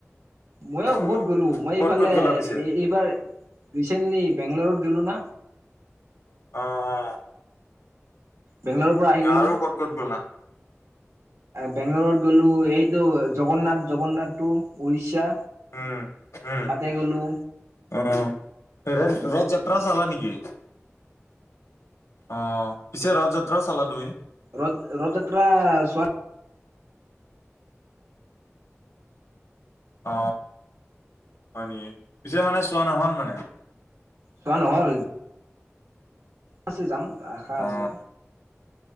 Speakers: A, on the right (about 80°); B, on the left (about 80°).
A: ময়োও
B: অ'।
A: বহুত গলো মই
B: ক'ত
A: এইফালে
B: ক'ত গ'লা পিছে?
A: এই এইবাৰ- ৰিচেণ্টলি বেংগালুৰুত গলো না।
B: উম
A: বেংগলোৰ পৰা আহিলো।
B: আৰু ক'ত ক'ত গ'লা?
A: বেংগলৰত গ'লো এইটো জগন্নাথ জগন্নাথ টো উৰিষ্যা।
B: উম, উম,
A: ততে গলো।
B: অ ৰজ ৰজ যাত্ৰা চালা নেকি? অ পিছে ৰথ যাত্ৰাও চালা তুমি?
A: ৰথ ৰথ যাত্ৰা চোৱা নাই।
B: অ হয়নিকি, পিছে মানে চোৱা নহল মানে?
A: চোৱা নহ'ল। আছে যাম আশা
B: অ
A: আছে।